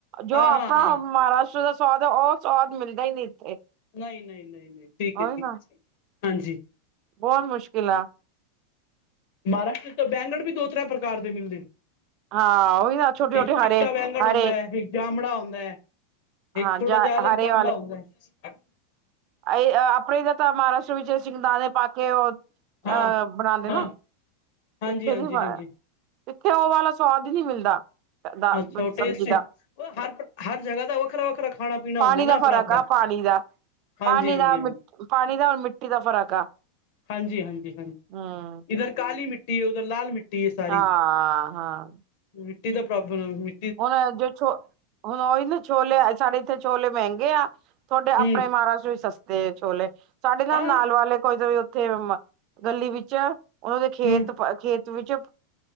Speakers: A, on the right; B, on the left.
A: ਜੋ
B: ਹਾਂ
A: ਆਪਣਾ
B: ਹਾਂ ਹਾਂ
A: ਮਹਾਰਾਸ਼ਟਰ ਮਤਲਬ ਉਹ ਸਵਾਦ ਮਿਲਦਾ ਹੀ ਨੀ ਇੱਥੇ
B: ਨਹੀਂ- ਨਹੀਂ- ਨਹੀਂ -ਨਹੀਂ ਠੀਕ ਹੈ
A: ਉਹੀ ਨਾ
B: ਜੀ ਅੱਛਾ ਹਾਂਜੀ
A: ਬਹੁਤ ਮੁਸ਼ਕਿਲ ਆ
B: ਮਹਾਰਾਸ਼ਟਰ ਬੈਂਗਣ ਵੀ ਦੋ ਤਰਾਂ ਪ੍ਰਕਾਰ ਦੇ ਮਿਲਦੇ ਨੇ
A: ਹਾਂ ਉਹੀ ਨਾ ਛੋਟੇ ਛੋਟੇ
B: ਇੱਕ
A: ਹਰੇ
B: ਚਿੱਟਾ ਵੈਂਗਣ
A: ਹਰੇ
B: ਹੁੰਦਾ ਹੈ ਇੱਕ ਜਾਮੜਾ ਹੁੰਦਾ ਹੈ
A: ਹਾਂ
B: ਇੱਕ ਥੋੜਾ
A: ਜਾ
B: ਜਿਹਾ ਅਲਗ
A: ਹਰੇ
B: ਜਾਮੜਾ ਹੁੰਦਾ ਹੈ
A: ਇਹ ਆਪਣੇ ਤਾਂ ਮਹਾਰਾਸ਼ਟਰ ਵਿੱਚ ਸ਼ਗਦਾਨਣੇ ਪਾ ਕੇ ਉਹ ਅਹ
B: ਹਾਂ
A: ਬਣਾਉਂਦੇ
B: ਹਾਂ
A: ਨਾ
B: ਹਾਂਜੀ
A: ਇੱਥੇ
B: ਹਾਂਜੀ
A: ਨੀ ਬਣ
B: ਹਾਂਜੀ
A: ਇੱਥੇ ਉਹ ਵਾਲਾ ਸੁਆਦ ਹੀ ਨਹੀਂ ਮਿਲਦਾ ਦਾ
B: ਅੱਛਾ ਉਹ
A: ਸਬਜ਼ੀ
B: ਟੇਸਟੀ
A: ਦਾ
B: ਹਰ, ਹਰ ਜਗ੍ਹਾ ਦਾ ਵੱਖਰਾ -ਵੱਖਰਾ ਖਾਣਾ ਪੀਣਾ
A: ਪਾਣੀ
B: ਹੁੰਦਾ ਨਾ
A: ਦਾ
B: ਆਪਣਾ
A: ਫ਼ਰਕ
B: ਆਪਣਾ
A: ਆ ਪਾਣੀ ਦਾ
B: ਹਾਂਜੀ
A: ਪਾਣੀ
B: ਹਾਂਜੀ
A: ਦਾ
B: ਹਾਂਜੀ
A: ਮ ਪਾਣੀ ਦਾ ਮਿੱਟੀ ਦਾ ਫ਼ਰਕ ਆ
B: ਹਾਂਜੀ- ਹਾਂਜੀ- ਹਾਂਜੀ
A: ਹਮ
B: ਇੱਧਰ ਕਾਲੀ ਮਿੱਟੀ ਉਧਰ ਲਾਲ ਮਿੱ ਟੀ ਸਾਰੀ
A: ਹਾਂ ਹਾਂ
B: ਮਿੱਟੀ ਦਾ ਪ੍ਰੋਬਲਮ ਹੈ ਮਿ
A: ਹੁਣ ਜੋ ਛੋ ਹੁਣ ਉਹੀ ਨਾ ਛੋਲੇ ਸਾਡੇ ਇੱਥੇ ਛੋਲੇ ਮਹਿੰਗੇ ਆ ਤੁਹਾਡੇ
B: ਹਮ
A: ਆਪਣੇ ਮਹਾਰਾਸ਼ਟਰ ਵਿਚ ਸਸਤੇ ਛੋਲੇ ਸਾਡੇ ਨਾਲ
B: ਹਾਂ
A: ਵਾਲੇ ਕੋਈ ਉੱਥੇ ਗਲੀ ਵਿੱਚ ਉਹਨਾਂ ਦੇ ਖੇਤ
B: ਹਮ
A: ਪਰ ਖੇਤ ਵਿੱਚ